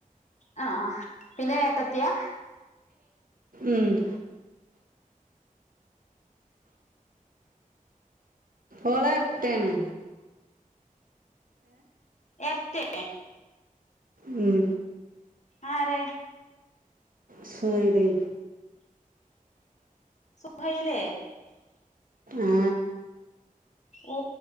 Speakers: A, on the left (about 55°); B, on the right (about 75°).
A: ആ ഹാ പിന്നെ ഏട്ടത്തിയാ
B: ഉം ഓളർ ട്ടേയാണ്
A: എർട്ടേ
B: ഉം
A: ആരെ
B: സുഹൈല്
A: സുഹൈലെയെ
B: ആ
A: ഓ